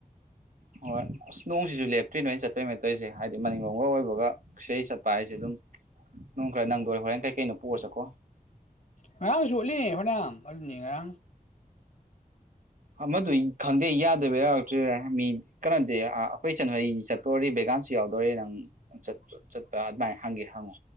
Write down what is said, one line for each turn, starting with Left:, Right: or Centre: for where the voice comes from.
Right: ꯍꯣꯏ ꯅꯣꯡꯁꯤꯁꯨ ꯂꯦꯞꯇ꯭ꯔꯤ ꯅꯣꯏꯅ ꯆꯠꯄꯩ ꯅꯠꯇꯧꯣꯏꯁꯦ ꯍꯥꯏꯕꯗꯤ ꯃꯅꯤꯡꯂꯝꯒ ꯑꯣꯏꯕꯒ ꯁꯤꯗꯩ ꯆꯠꯄ ꯍꯥꯏꯁꯦ ꯑꯗꯨꯝ ꯅꯣꯡ ꯈꯔ ꯅꯪꯗꯣ ꯍꯣꯔꯦꯟ ꯀꯩꯀꯩꯅꯣ ꯄꯨꯔ ꯆꯠꯀꯣ
Left: ꯉꯔꯥꯡꯁꯨ ꯁ ꯎꯠꯂꯤ ꯐꯅꯌꯥꯝ ꯑꯗꯨꯅꯤ ꯉꯔꯥꯡ
Right: ꯃꯗꯨ ꯈꯪꯗꯦ ꯌꯥꯗꯕ ꯌꯥꯎꯛꯇ ꯃꯤ ꯀꯩꯅꯣꯗ ꯑꯩꯈꯣꯏ ꯆꯠꯅꯍꯩ ꯆꯠꯇꯣꯔꯔ ꯕꯦꯒꯥꯟꯁꯨ ꯌꯥꯎꯗꯣꯔꯤꯦ ꯅꯪ ꯆꯠꯄ ꯑꯗꯨꯃꯥꯏꯅ ꯍꯪꯒꯦ ꯍꯪꯉꯣ